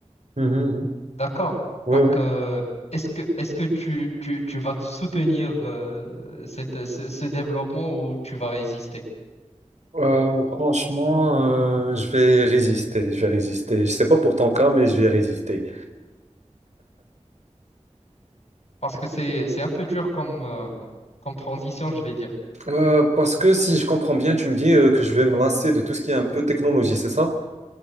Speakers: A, on the right; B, on the left.
A: Mhm, mhm.
B: D'accord.
A: Oui,
B: Donc,
A: oui.
B: euh, est-ce que, est-ce que tu, tu, tu vas te soutenir euh, cette, ce, ce développement ou tu vas résister?
A: Euh, franchement, euh, je vais résister. Je vais résister. Je sais pas pour ton cas, mais je vais résister.
B: Parce que c'est, c'est un peu dur comme, euh, comme transition, je vais dire.
A: Euh, parce que si je comprends bien, tu me dis euh, que je vais me lasser de tout ce qui est un peu technologie, c'est ça?